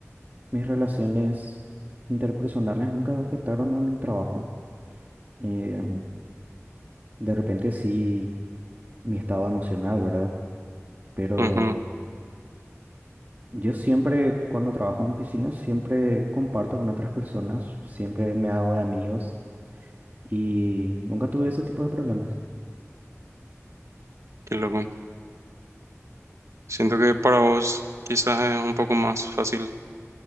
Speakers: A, on the right; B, on the right.
A: Mis relaciones interpersonales nunca afectaron a mi trabajo. Em, de repente sí, mi estado emocional, ¿verdad? Pero
B: Ujú,
A: yo siempre, cuando trabajo en oficinas, siempre comparto con otras personas, siempre me hago de amigos y nunca tuve ese tipo de problemas.
B: qué loco. Siento que para vos quizás es un poco más fácil